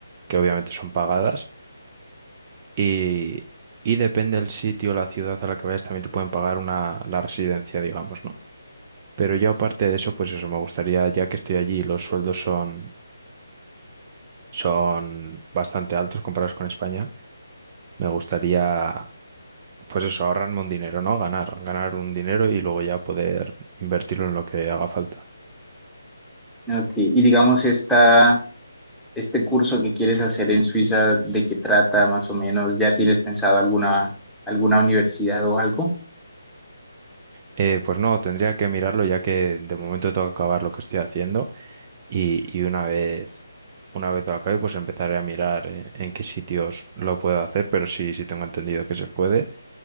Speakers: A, on the right (about 30°); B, in the centre.
A: que obviamente son pagadas, y, y depende del sitio, la ciudad a la que vayas, también te pueden pagar una, la residencia, digamos, ¿no? Pero yo aparte de eso, pues eso, me gustaría, ya que estoy allí, los sueldos son, son bastante altos comparados con España, me gustaría, pues eso, ahorrarme un dinero, ¿no? Ganar, ganar un dinero y luego ya poder invertirlo en lo que haga falta.
B: Ok, Y digamos, esta, este curso que quieres hacer en Suiza, ¿de qué trata más o menos? ¿Ya tienes pensado alguna, alguna universidad o algo?
A: Eh, pues no, tendría que mirarlo ya que de momento tengo que acabar lo que estoy haciendo y, y una vez, una vez lo acabe, pues empezaré a mirar eh, en qué sitios lo puedo hacer, pero sí, sí tengo entendido que se puede.